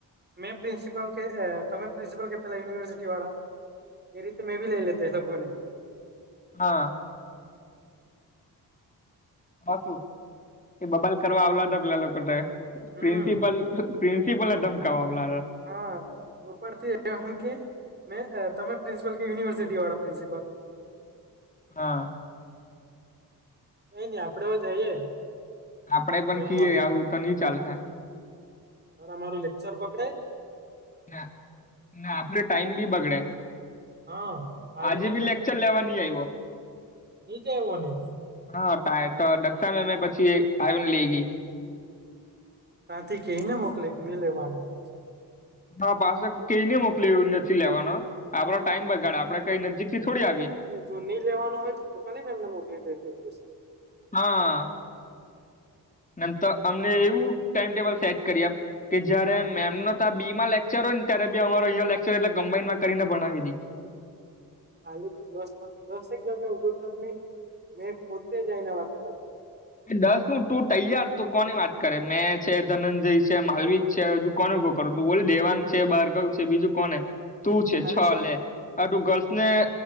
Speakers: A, on the right (about 25°); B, on the left (about 20°).
A: મેં પ્રિન્સિપલ કે તમે પ્રિન્સિપલ કે પહેલા યનિવર્સિટી વાળા એ રીતે મેં ભી લેતેે એ લોકોને
B: હા હ શું એ બબાલ કરવા આવલા હતા પેલા લોકો
A: હમ
B: પ્રિન્સિપલ પ્રિન્સિપલ ને ધમકાવવા લાગે
A: હા ઉપરથી એમ કે મે તમે પ્રિન્સિપલ કે યુનિવર્સિટી વાળા પ્રિન્સિપલ
B: હા
A: એઈ નહી આપડે હો જઈએ
B: આપડે પણ
A: સોમવારે
B: કીએ આવું તો નઈ ચાલે હે
A: સર અમારું લેક્ચર બગડે
B: ના ના આપડે ટાઈમ બી બગડે
A: હા આવીને
B: આજે બી લે ચલ લેવા નહી આવ્યો
A: નીચે આયવો નહી
B: હા ટાય તો દક્ષા મેમે પછી આવીને લઈ ગઈ
A: ત્યાંથી કઈ ને મોક કે ન લેવાનાચ
B: હા પાછ કઈને મોકલી નથી લેવાનો આપડો ટાઈમ બગાડે આપડે કઈ નજીક થોડી આવી
A: જો નહી લેવાનું હોય તો કૃપાલી મેમને મોકલી દે દિવ
B: હા નમ તો અમને એવું ટાઈમ ટેબલ સેટ કરી આપ કે જયારે મેમનો તો આ બી માં લેક્ચર હોય ને ત્યારે અમારો અં લેક્ચર એટલે કમ્બાઇનમાં કરીને ભણાવી દી
A: હાલેથી દસ દસેક જણને ઉભો કર નહી મેં પોતે જઈને વાત કર
B: દસ હું તું તૈયાર તું કોની વાત કરે મેં છે ધનંજય છે માલવી છે હજુ કોને ઉભો કરું તું બોલી દેવાંગ છે બારગવ છે બીજું કોને તું છે
A: ખાલી
B: છ
A: શો
B: લે આ તું ગર્લ્સ ને